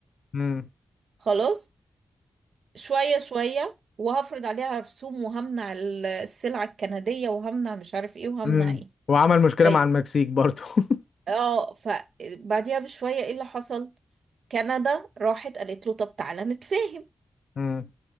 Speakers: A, on the left (about 75°); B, on the right (about 80°).
A: مم.
B: خلاص شوية شوية وهفرض عليها رسوم وهمنع ال- السلع الكندية وهمنع مش عارف ايه وهمنع
A: امم
B: ايه
A: وعمل مشكلة
B: طيب
A: مع المكسيك برضو <laughs>
B: اه فبعديها بشوية ايه اللي حصل كندا راحت قالت له طب تعالى نتفاهم
A: مم.